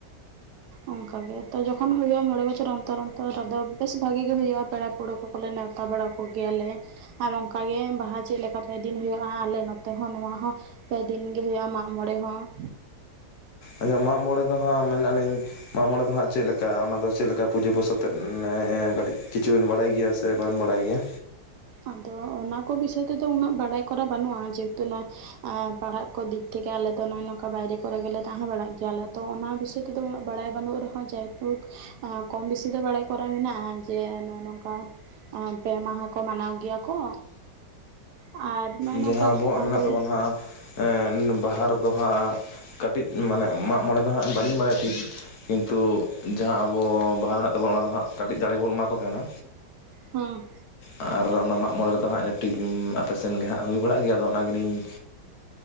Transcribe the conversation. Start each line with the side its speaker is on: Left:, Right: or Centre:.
Right: ᱚᱱᱠᱟ ᱜᱮ, ᱛᱚ ᱡᱚᱠᱷᱚᱱ ᱦᱩᱭᱩᱜ ᱟ ᱢᱚᱬᱮ ᱵᱚᱪᱷᱚᱨ ᱚᱱᱛᱚᱨ ᱚᱱᱛᱚᱨ ᱨᱮᱫᱚ ᱵᱮᱥ ᱵᱷᱟᱜᱤ ᱜᱮ ᱦᱳᱭᱳᱼᱟ ᱯᱮᱲᱟ ᱟᱲᱟᱹ ᱠᱚᱠᱚᱞᱮ ᱱᱮᱣᱛᱟ ᱵᱟᱲᱟ ᱠᱚᱜᱮᱭᱟᱞᱮ ᱾ ᱟᱨ ᱚᱱᱠᱟᱜᱮ ᱵᱟᱦᱟ ᱪᱮᱫ ᱞᱮᱠᱟ ᱯᱮ ᱫᱤᱱ ᱦᱩᱭᱩᱜᱼᱟ ᱟᱞᱮ ᱱᱚᱛᱮ ᱦᱚᱸ ᱱᱚᱣᱟ ᱦᱚᱸ ᱯᱮ ᱫᱤᱱ ᱜᱮ ᱦᱩᱭᱩᱜᱼᱟ ᱢᱟᱜ ᱢᱚᱲᱮ ᱦᱚᱸ ᱾
Left: ᱟᱪᱷᱟ ᱢᱟᱜᱢᱚᱬᱮ ᱫᱚ ᱦᱟᱸᱜ ᱢᱮᱱᱮᱜ ᱞᱤᱧ ᱢᱟᱜ ᱢᱚᱬᱮ ᱫᱚ ᱦᱟᱸᱜ ᱪᱮᱫ ᱞᱮᱠᱟ ᱚᱱᱟ ᱫᱚ ᱪᱮᱫ ᱞᱮᱠᱟ ᱯᱩᱡᱟᱹ ᱯᱩᱥᱟ ᱛᱮᱫ ᱠᱟᱹᱴᱤᱡ ᱠᱤᱪᱷᱩᱵᱤᱱ ᱵᱟᱲᱟᱭ ᱜᱮᱭᱟ ᱥᱮ ᱵᱟᱵᱮᱱ ᱵᱟᱲᱟᱭ ᱜᱮᱭᱟ?
Right: ᱟᱫᱚ ᱚᱱᱟ ᱠᱚ ᱵᱤᱥᱚᱭ ᱛᱮᱫᱚ ᱩᱱᱟᱹᱜ ᱵᱟᱲᱟᱭ ᱠᱚᱨᱟ ᱵᱟᱹᱱᱩᱜᱼᱟ ᱡᱮᱦᱮᱛᱩ ᱚᱱᱟ ᱯᱟᱲᱦᱟᱜ ᱠᱚ ᱫᱤᱠ ᱛᱷᱮ ᱟᱞᱮ ᱫᱚ ᱱᱚᱜᱼᱚᱭ ᱱᱚᱝᱠᱟ ᱵᱟᱭᱨᱮ ᱠᱚᱨᱮ ᱜᱮᱞᱮ ᱛᱟᱦᱮᱸ ᱵᱟᱲᱟᱜ ᱜᱮᱭᱟᱞᱮ ᱛᱚ ᱚᱱᱟ ᱵᱤᱥᱚᱭ ᱛᱮ ᱛᱮᱫ ᱫᱚ ᱵᱟᱲᱟᱭ ᱵᱟᱹᱱᱩᱜ ᱨᱮᱦᱚᱸ ᱡᱟᱭ ᱛᱩᱠ ᱠᱚᱢ ᱵᱮᱥᱤ ᱫᱚ ᱵᱟᱲᱟᱭ ᱠᱚᱨᱟ ᱢᱮᱱᱟᱜᱼᱟ ᱡᱮ ᱱᱚᱜᱼᱚᱭ ᱱᱚᱝᱠᱟ ᱯᱮ ᱢᱟᱦᱟ ᱠᱚ ᱢᱟᱱᱟᱣ ᱜᱮᱭᱟ ᱠᱚ ᱟᱨ ᱱᱚᱜᱼᱚᱭ ᱱᱚᱝᱠᱟ
Left: ᱡᱟᱦᱟᱸ ᱟᱵᱚᱣᱟᱜ ᱢᱮᱱᱟᱜ
Right: ᱯᱳᱭᱞᱳ
Left: ᱛᱟᱵᱚᱱᱟ ᱦᱟᱸᱜ ᱵᱟᱦᱟ ᱨᱮ ᱫᱚ ᱦᱟᱸᱜ ᱠᱟᱹᱴᱤᱡ ᱢᱟᱱᱮ ᱢᱟᱜ ᱢᱚᱬᱮ ᱫᱚ ᱦᱟᱸᱜ ᱵᱟᱹᱞᱤᱧ ᱵᱟᱲᱟᱭᱟ ᱴᱷᱤᱠ ᱠᱤᱱᱛᱩ ᱡᱟᱦᱟᱸ ᱟᱵᱚ ᱵᱟᱦᱟ ᱢᱮᱱᱟᱜ ᱛᱟᱵᱚᱱᱟ ᱚᱱᱟ ᱫᱚ ᱦᱟᱸᱜ ᱠᱟᱹᱴᱤᱡ ᱫᱟᱲᱮ ᱵᱚᱱ ᱮᱢᱟ ᱠᱚ ᱛᱟᱦᱮᱱᱟ
Right: ᱦᱩᱸ᱾
Left: ᱟᱨ ᱚᱱᱟ ᱢᱟᱜ ᱢᱚᱬᱮ ᱨᱮᱫᱚ ᱦᱟᱸᱜ ᱠᱟᱴᱤᱡ ᱟᱯᱮ ᱥᱮᱱ ᱜᱮ ᱦᱟᱸᱜ ᱦᱩᱭ ᱵᱟᱲᱟᱜ ᱜᱮᱭᱟ ᱟᱫᱚ ᱚᱱᱟ ᱜᱮᱞᱤᱧ